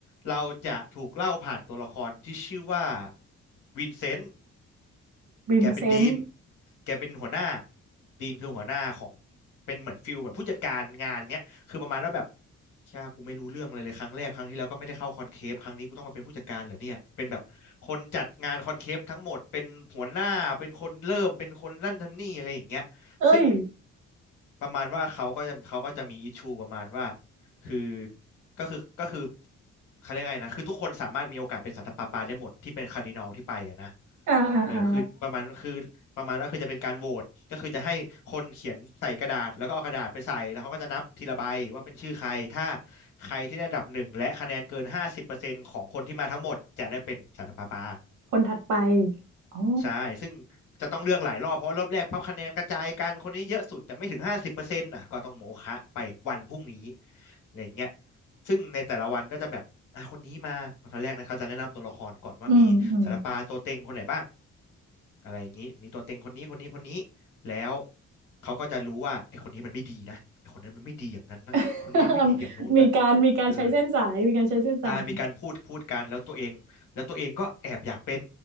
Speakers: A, on the left; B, on the right.
A: เราจะถูกเล่าผ่านตัวละครที่ชื่อว่าวินเซนต์
B: วินเซนต์
A: แกเป็นดีน แกเป็นหัวหน้าดีนคือหัวหน้าของเป็นเหมือนฟิลเหมือนผู้จัดการงานเนี้ยคือประมาณว่าแบบเชี่ยกูไม่รู้เรื่องเลยเลยครั้งแรกครั้งที่แล้วก็ไม่ได้เข้าคอนเคปครั้งนี้กูต้องมาเป็นผู้จัดการเหรอเนี่ยเป็นแบบคนจัดงานคอนเคปทั้งหมดเป็นหัวหน้าเป็นคนเริ่มเป็นคนนั่นทำนี่อะไรอย่างเงี้ยซึ่ง
B: เอ้ย
A: ประมาณว่าเขาก็จะเขาก็จะมีอิชชูประมาณว่าคือก็คือก็คือเขาเรียกไงนะคือทุกคนสามารถมีโอกาสเป็นสันตะปาปาได้หมดที่เป็นคาร์ดินัลที่ไปอะนะ
B: อ่าอ่าอ่า
A: เออคือประมาณคือ ประมาณว่าคือจะเป็นการโหวตก็คือจะให้คนเขียนใส่กระดาษแล้วก็เอากระดาษไปใส่แล้วเขาก็จะนับทีละใบว่าเป็นชื่อใครถ้าใครที่ได้อันดับหนึ่งและคะแนนเกินห้าสิบเปอร์เซ็นต์ของคนที่มาทั้งหมดจะได้เป็นสันตะปาปา
B: คนถัดไป อ๋อ
A: ใช่ซึ่งจะต้องเลือกหลายรอบเพราะว่ารอบแรกพับคะแนนกระจายกัน คนนี้เยอะสุดแต่ไม่ถึงห้าสิบเปอร์เซ็นต์อ่ะก็ต้องโมฆะไปวันพรุ่งนี้อะไรอย่างเงี้ยซึ่งในแต่ละวันก็จะแบบอ่ะคนนี้มาตอนแรกนะเขาจะแนะนำตัวละครก่อนว่ามีศิลปะตัวเต็งคนไหนบ้าง
B: อืม อืม
A: อะไรอย่างนี้มีตัวเต็งคนนี้คนนี้คนนี้แล้วเขาก็จะรู้ว่าไอ้คนนี้มันไม่ดีนะไอ้คนนั้นมันไม่ดีอย่างนั้นนะคนนี้มันไม่ดีอย่างโน้นนะ
B: <laughs> มีการมีการใช้เส้นสายมีการใช้เส้นสาย
A: เออ อ่ามีการพูดพูดกันแล้วตัวเองแล้วตัวเองก็แอบอยากเป็น